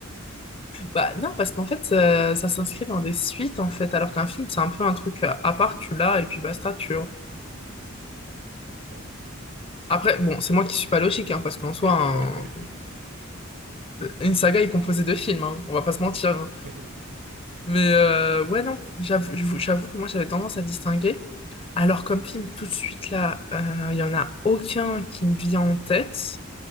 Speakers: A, on the left; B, on the right.
A: Bah non, parce qu'en fait, euh, ça s'inscrit dans des suites, en fait, alors qu'un film, c'est un peu un truc euh, à part, tu l'as, et puis basta, tu vois.
B: Bon, je sais pas.
A: Après, bon, c'est moi qui suis pas logique, hein, parce qu'en
B: <laughs>
A: soi, un- une saga est composée de films, hein, on va pas se mentir. hein.
B: Oui. Oui.
A: Mais euh, ouais, non, j'avoue, j'avoue j'avoue que moi, j'avais tendance à distinguer. Alors, comme film, tout de suite, là, euh, il y en a aucun qui me vient en tête.